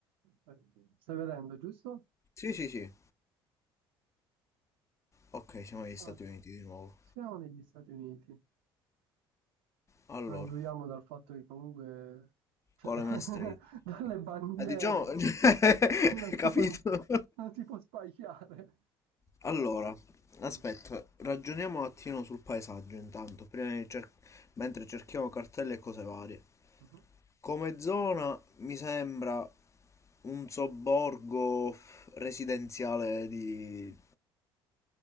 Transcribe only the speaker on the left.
Sì, sì, sì. Ok, siamo negli Stati
Uniti di nuovo.
Allora,
Coleman
Street.
Ah, diciamo... <laughs>
Capito?
Allora,
aspetta, ragioniamo un attimo sul paesaggio intanto, prima di cer- mentre cerchiamo cartelle e cose varie.
Come zona mi sembra un sobborgo residenziale di,